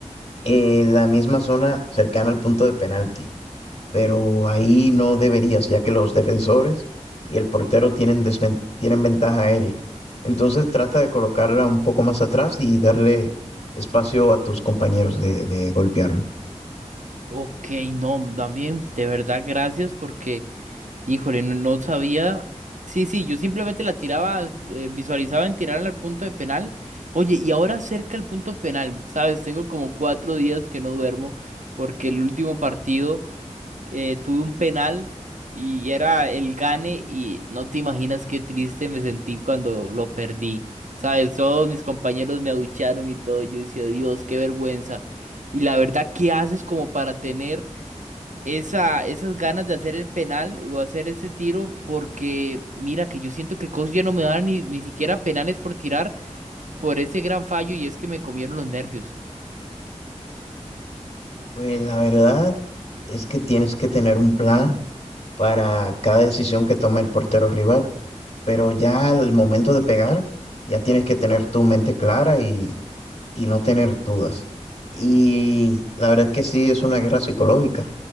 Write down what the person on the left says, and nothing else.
en la misma zona cercana al punto de penalti. pero ahí no deberías, ya que los defensores y el portero tienen, desven- tienen ventaja aérea. Entonces trata de colocarla un poco más atrás y darle espacio a tus compañeros de, de golpearlo.
Pues la verdad es que tienes que tener un plan para cada decisión que tome el portero rival, pero ya al momento de pegar, ya tienes que tener tu mente clara y, y no tener dudas. Y la verdad es que sí es una guerra psicológica